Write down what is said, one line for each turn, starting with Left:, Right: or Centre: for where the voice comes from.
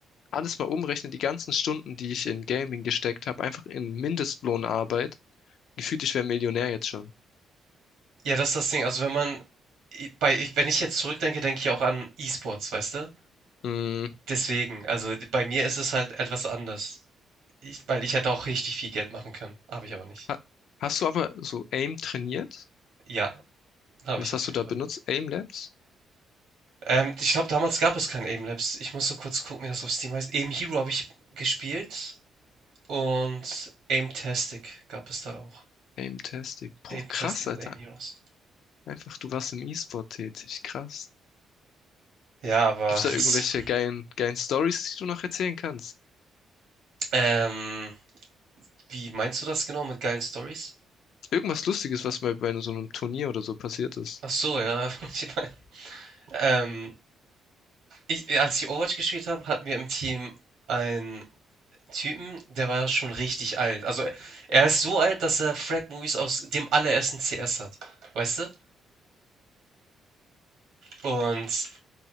Left: alles mal umrechnen, die ganzen Stunden, die ich in Gaming gesteckt habe, einfach in Mindestlohnarbeit. Gefühlt, ich wäre Millionär jetzt schon.
Right: Ja, das ist das Ding. Also, wenn man i bei ich wenn ich jetzt zurückdenke, denke ich auch an E-Sports, weißt du?
Left: Mm,
Right: Deswegen, also, bei mir ist es halt etwas anders. Ich weil ich hätte auch richtig viel Geld machen können, habe ich aber nicht.
Left: ha hast du aber so AIM trainiert?
Right: Ja. Habe
Left: Was
Right: ich
Left: hast
Right: auf jeden
Left: du da
Right: Fall.
Left: benutzt? AIM Labs?
Right: Ähm, ich glaube, damals gab es kein Aim Labs. Ich muss so kurz gucken, wie das auf Steam heißt. Aim Hero habe ich gespielt und Aimtastic gab es da auch.
Left: AIM Tastic. Boah,
Right: Aimtastic
Left: krass,
Right: und
Left: Alter.
Right: Aim Heroes.
Left: Einfach, du warst im E-Sport tätig. Krass.
Right: Ja, aber
Left: Gibt's da
Right: das,
Left: irgendwelche geilen, geilen Stories, die du noch erzählen kannst?
Right: ähm, wie meinst du das genau mit geilen Stories?
Left: Irgendwas Lustiges, was mal bei so einem Turnier oder so passiert ist.
Right: Ach so, ja. <laughs> Ich meine, ähm, ich, als ich Overwatch gespielt habe, hatten wir im Team einen Typen, der war schon richtig alt. Also er ist so alt, dass er Frag-Movies aus dem allerersten CS hat. Weißt du? Und